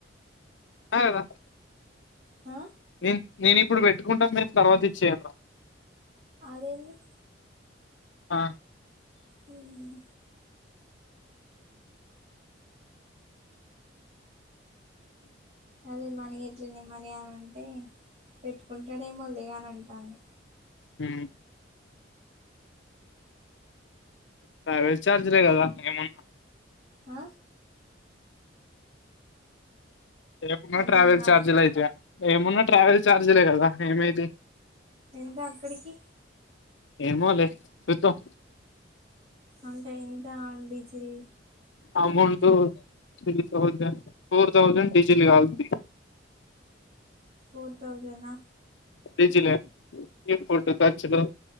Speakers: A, on the left (about 80°); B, on the right (about 35°).
A: నేనున్నా కదా
B: ఆ
A: నేను నేను ఇప్పుడు పెట్టుకుంటా మీరు తర్వాత ఇచ్చేయండి రా
B: అదేంది?
A: ఆ
B: మ్ అదే మని ఎట్ల అని మనీ అని అంటే నే పెట్టుకుంటాడేమోలే అని అంటాంది.
A: మ్ ట్రావెల్ చార్జరే కదా ఏమున్
B: ఆ
A: ఏమున్నా
B: అర్ధం
A: ట్రావెల్
B: కాలే
A: ఛార్జీలయితయా, ఏమున్నా ట్రావెల్ ఛార్జీలే కదా ఏమైతయి
B: ఎంతా అక్కడికి
A: ఏమోలే చూద్దాం
B: అంటే ఎంత diesel
A: amount three thousand four thousand diesel కాలింది
B: ఫోర్ థౌసంనా
A: డీజిలే ఇగ ఫుడ్ ఖర్చులు